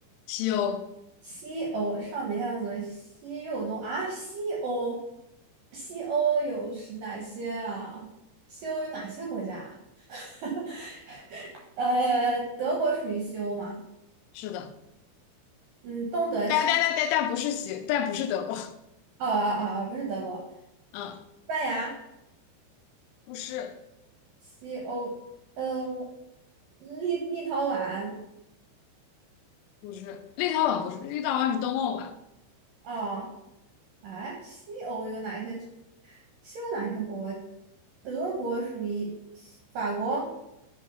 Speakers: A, on the left; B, on the right.
A: 西欧，
B: 西欧上北下左西右东啊，西欧，西欧有是哪些啊？西欧有哪些国家啊？<laughs> 呃，德国属于西欧嘛？
A: 是的。
B: 嗯，东德西，
A: 但但但但但不是西，但不是德国，
B: 哦哦哦，哦不是德国，西
A: 嗯，
B: 班牙
A: <laughs> 不是
B: 西欧，呃，立立陶宛
A: 不是，立陶宛不是，立陶宛是东欧吧？
B: 哦，哎，西欧有哪些？西欧哪些国？德国属于法国